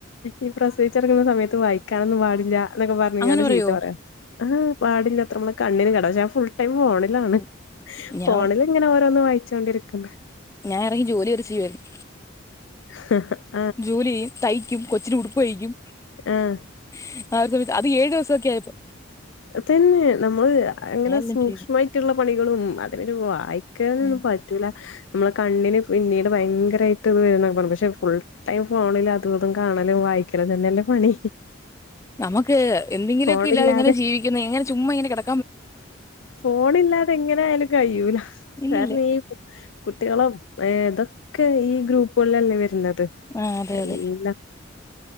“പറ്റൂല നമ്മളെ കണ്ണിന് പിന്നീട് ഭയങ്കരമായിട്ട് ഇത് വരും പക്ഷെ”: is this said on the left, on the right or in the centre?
Left